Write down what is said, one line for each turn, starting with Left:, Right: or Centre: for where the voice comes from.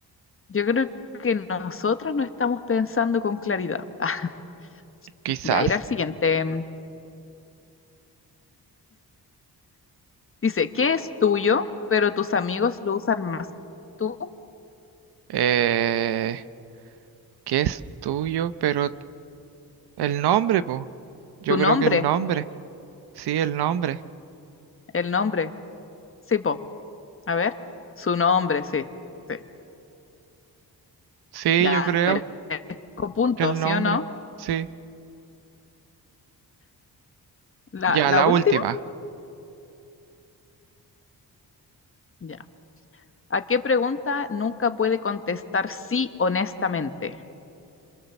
Left: Yo creo que nosotros no estamos pensando con claridad. <laughs> Ah,
Right: Quizás.
Left: ya, ir al siguiente. Mm, Dice, ¿qué es tuyo, pero tus amigos lo usan más? Tú,
Right: Eh, ¿qué es tuyo? Pero el nombre, po. Yo
Left: tu nombre,
Right: creo que el nombre. Sí, el nombre.
Left: el nombre. Sí, po. A ver, su nombre, sí. Sí.
Right: Sí,
Left: Ya,
Right: yo creo
Left: merezco puntos,
Right: que el nombre.
Left: ¿sí o no?
Right: Sí.
Left: La,
Right: Ya,
Left: la
Right: la
Left: última,
Right: última.
Left: ya. ¿A qué pregunta nunca puede contestar sí honestamente?